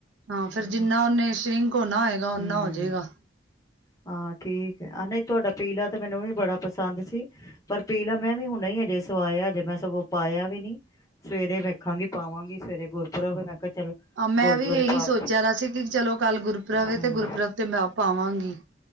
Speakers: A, on the right; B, on the left.
A: ਹਾਂ, ਫੇਰ
B: ਚਲੋ
A: ਜਿੰਨਾ ਓਹਨੇ ਸ੍ਰਿੰਕ ਹੋਣਾ ਹੋਏਗਾ ਓਨਾ
B: ਹੂੰ
A: ਹੋ, ਜਾਏਗਾ।
B: ਹਾਂ ਠੀਕ ਹੈ, ਆਹ ਨਹੀਂ ਤੁਹਾਡਾ ਪੀਲਾ ਤਾਂ, ਮੈਨੂੰ ਹੀ ਬੜਾ ਪਸੰਦ ਸੀ। ਪਰ ਪੀਲਾ ਮੈਂ ਵੀ ਹੁਣ ਹੀ ਹਜੇ ਸਵਾਇਆ, ਹਜੇ ਮੈਂ ਸਗੋਂ ਪਾਇਆ ਵੀ ਨੀ ਸਵੇਰੇ ਵੇਖਾਂਗੀ, ਪਾਵਾਂਗੀ ਸਵੇਰੇ 'ਗੁਰਪੁਰਬ' ਮੈਂ ਕਿਹਾ ਚੱਲ
A: ਮੈਂ
B: ਗੁਰਦੁਆਰੇ
A: ਵੀ, ਇਹੀ
B: ਪਾ
A: ਸੋਚਿਆ
B: ਕੇ
A: ਰਿਹਾ ਸੀ, ਕਿ ਚਲੋ, ਕੱਲ ਗੁਰਪ੍ਰਬ
B: ਹੂੰ
A: ਤੇ, ਗੁਰਪ੍ਰਬ ਤੇ ਮੈਂ, ਪਾਵਾਂਗੀ।